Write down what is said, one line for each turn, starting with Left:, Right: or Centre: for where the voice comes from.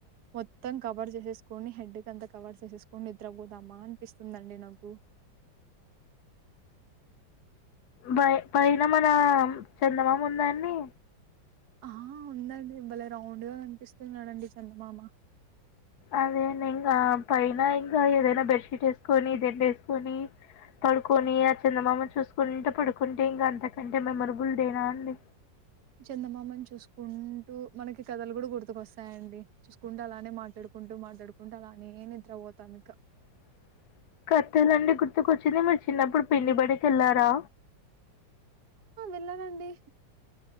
Right: మొత్తం కవర్ చేసేసుకోని హెడ్ కంత కవర్ చేసేసుకోని నిద్ ద్ర పోదామా అనిపిస్తుందండి నాకు
Left: బై పైన మన చందమాముందాన్డి
Right: ఆ ఉందండి భలే రౌండ్ గా కనిపిస్తున్నారండి చందమామ
Left: అదేండి ఇంకా పైన ఇంకా ఏదైనా బెడ్షీట్ వేసుకొని దిండు వేసుకొని పడుకొని ఆ చందమామని చూసుకుంటూ పడుకుంటే ఇంకా అంతకంటే మెమొరబుల్ డే అండి
Right: చందమామని చూసుకుంటూ మనకి కథలు కూడా గుడుతు గుర్తుకు వస్తాయండి చూసుకుంటూ అలానే మాట్లాడుకుంటూ మాట్లాడుకుంటూ అలానే నిద్ర పోతాను ఇక
Left: <unintelligible> కథలంటే గుర్తుకొచ్చింది మీరు చిన్నప్పుడు పిండి బడికి వెళ్ళారా
Right: వెళ్లానండి